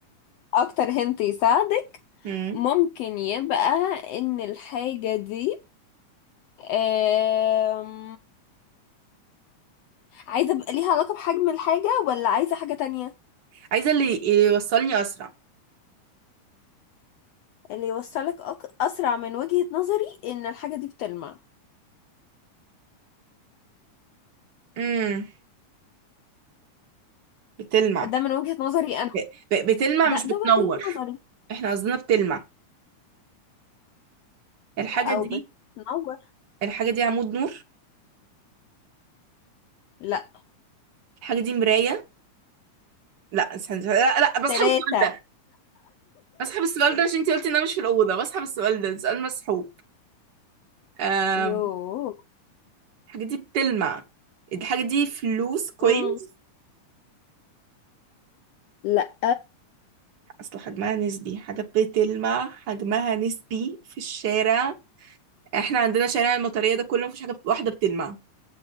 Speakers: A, on the left (about 80°); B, on the right (about 70°).
A: اكتر هنت يساعدك
B: امم
A: ممكن يبقى ان الحاجة دي أم... عايزة بقى ليها علاقة بحجم الحاجة ولا عايزة حاجة تانية
B: عايزة اللي يوصلني اسرع
A: اللي يوصلك أك... أسرع من وجهة نظري إن الحاجة دي بتلمع
B: امم بتلمع
A: ده من وجهة نظري أنا
B: ب- ب- بتلمع
A: ده
B: مش
A: ده
B: بتنور
A: وجهة نظري
B: احنا قصدنا بتلمع الحاجة
A: أو
B: دي
A: بتنور
B: الحاجة دي عمود نور
A: لا
B: الحاجة دي مراية لا استنى استنى. لا لا بسحب
A: تلاتة
B: السؤال ده بسحب السؤال ده عشان انت قلتي ان انا مش في الأوضة بسحب السؤال ده سؤال مسحوب آم،
A: يوه
B: الحاجة دي بتلمع الحاجة دي فلوس كوينز
A: مم. لا
B: اصل حجمها نسبي حاجة بتلمع حجمها نسبي في الشارع احنا عندنا شارع المطرية ده كله مفيش حاجة بت- واحدة بتلمع